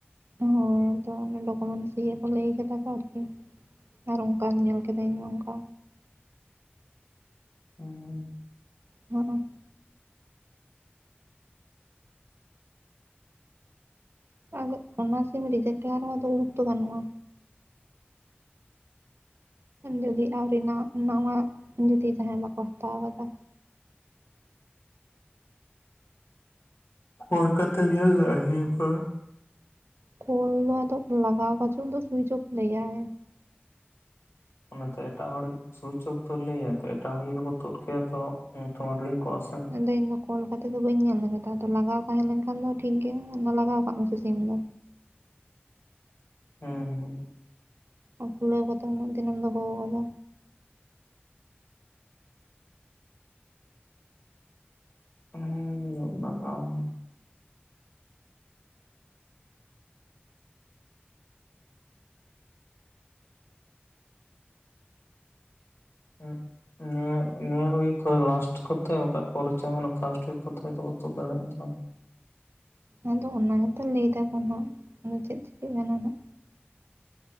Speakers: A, on the right (about 80°); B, on the left (about 80°).
A: ᱦᱳᱭ ᱛᱚ ᱰᱚᱠᱢᱮᱱᱥ ᱤᱭᱟᱹ ᱠᱚ ᱞᱟᱹᱭ ᱠᱮᱫᱟ ᱠᱚ ᱟᱨᱠᱤ ᱟᱨ ᱚᱱᱠᱟ ᱧᱮᱞ ᱠᱮᱫ ᱠᱟᱹᱤᱫᱟᱹᱧ ᱱᱚᱝᱠᱟ
B: ᱦ
A: ᱦ ᱟ ᱚᱱᱟ ᱥᱤᱢ ᱨᱤᱡᱮᱠᱴᱟᱜ ᱨᱮᱦᱚᱸ ᱩᱲᱩᱠ ᱫᱚ ᱜᱟᱱᱚᱜᱼᱟ ᱡᱩᱫᱤ ᱟᱹᱣ ᱨᱮᱱᱟᱜ ᱱᱟᱣᱟ ᱡᱩᱫᱤ ᱡᱟᱦᱟᱸᱭ ᱵᱟᱠᱚ ᱦᱟᱛᱟᱣ ᱟᱠᱟᱫᱟ
B: ᱠᱳᱲ ᱠᱟᱛᱮᱜ ᱧᱮᱞ ᱫᱟᱲᱮᱭᱟ ᱱᱤᱭᱟᱹ ᱠᱚᱨᱮ
A: ᱠᱚᱞ ᱫᱚ ᱟᱫᱚ ᱞᱟᱜᱟᱣ ᱠᱟ ᱪᱚ ᱩᱱᱤ ᱫᱚ ᱥᱩᱭᱤᱪ ᱚᱯᱷ ᱞᱮᱭᱟᱭ
B: ᱚᱱᱟᱛᱮ ᱮᱴᱟᱜ ᱦᱚᱲ ᱥᱩᱭᱤᱪ ᱚᱯᱷ ᱫᱚ ᱞᱟᱹᱭᱟ ᱛᱚ ᱮᱴᱟᱜ ᱦᱚᱸ ᱡᱩᱚᱫᱤ ᱠᱚ ᱛᱩᱫ ᱠᱮᱭᱟ ᱛᱚ ᱛᱢᱟᱨ ᱨᱮᱧ ᱠᱚᱜᱼᱟ ᱥᱮ
A: ᱟᱫᱚ ᱤᱧ ᱫᱚ ᱠᱚᱞ ᱠᱟᱛᱮ ᱫᱚ ᱵᱟᱹᱧ ᱧᱮᱞ ᱟᱠᱟᱫᱟ ᱟᱫᱚ ᱞᱟᱜᱟᱣ ᱛᱟᱦᱮᱸ ᱞᱮᱱᱠᱷᱟᱱ ᱫᱚ ᱴᱷᱤᱠ ᱜᱮᱭᱟ ᱚᱱᱟ ᱞᱟᱜᱟᱣ ᱠᱫ ᱢᱮᱥᱮ ᱥᱤᱢ ᱫᱚ
B: ᱦᱮᱸ ᱦᱮᱸ
A: ᱟᱨ ᱠᱩᱞᱟᱹᱣ ᱠᱟᱛᱮ ᱩᱱᱟᱹᱜ ᱫᱤᱱᱮᱢ ᱫᱚᱦᱚ ᱠᱟᱫᱟ
B: ᱦᱸ ᱞᱟᱜᱟᱣ ᱢᱮ ᱦᱮᱸ ᱱᱤᱭᱟᱹ ᱱᱤᱭᱟᱹ ᱩᱭᱤᱠ ᱞᱟᱥᱴ ᱠᱚᱛᱮ ᱯᱚᱨᱪᱟ ᱯᱷᱟᱥᱴ ᱩᱭᱤᱠ ᱠᱚᱫᱚ ᱛᱩᱫ ᱫᱟᱲᱮᱭᱟᱜᱼᱟ ᱛᱚ
A: ᱟᱫᱚ ᱚᱱᱟ ᱜᱮᱛᱢ ᱞᱟᱹᱭ ᱮᱟᱠᱚᱱᱜ ᱟᱫᱚ ᱪᱮᱫ ᱪᱤᱠᱟᱹᱜ ᱠᱟᱱᱟ ᱦᱟᱸ